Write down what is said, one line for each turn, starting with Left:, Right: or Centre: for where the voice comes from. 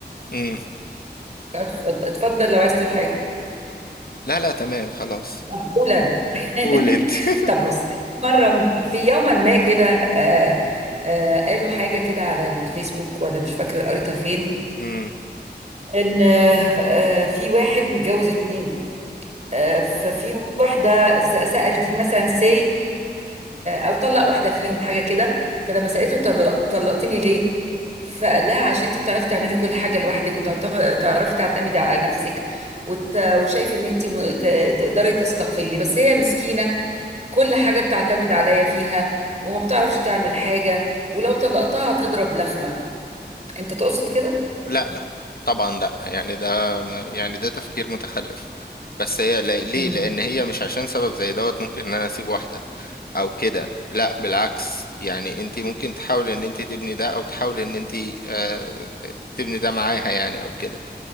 Left: مم.
Right: اتفضل اتفضل لو عايز تقول حاجة
Left: لا لا تمام خلاص
Right: طب قول انا
Left: قول
Right: <laughs>
Left: انت
Right: طب
Left: <laughs>
Right: بص في مرة في يوما ما كده آه آه قالوا حاجة كده على الفيسبوك ولا مش فاكرة قريتها فين
Left: مم.
Right: ان آه، آه، في واحد متجوز اتنين آه، ففي واحده س- سأل دي مثلا سي او طلق واحده فيهم حاجه كده فلما سألته انت طلق- طلقتني ليه فقال لها عشان انت بتعرفي تعملي كل حاجه لوحدك وتعرفي تعتمدي على نفسك وت- وشايف ان انت م- ت- تقدري تستقلي بس هي مسكينه كل حاجه بتعتمد عليا فيها وما بتعرفش تعمل حاجه ولو طلقتها هتضرب لخمه انت تقصد كده
Left: لا لا طبعا لا يعني ده ما- يعني ده تفكير متخلف بس هي لا- ليه
Right: امم
Left: لان هي مش عشان سبب زي دوت ممكن ان انا اسيب واحده او كده لا بالعكس يعني انت ممكن تحاولي ان انت تبني ده او تحاولي ان انت آه، ت- تبني ده معاها يعني او كده